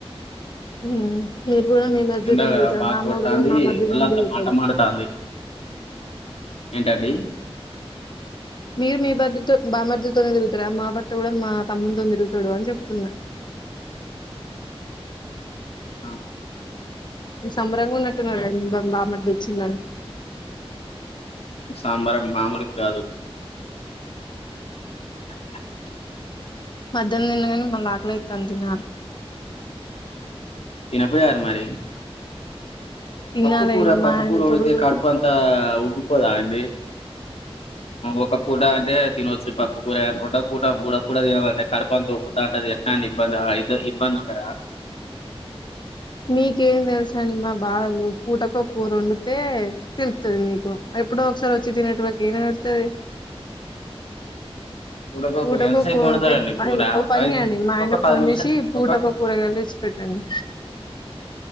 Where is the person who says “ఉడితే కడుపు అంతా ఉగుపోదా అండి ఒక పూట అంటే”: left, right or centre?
Left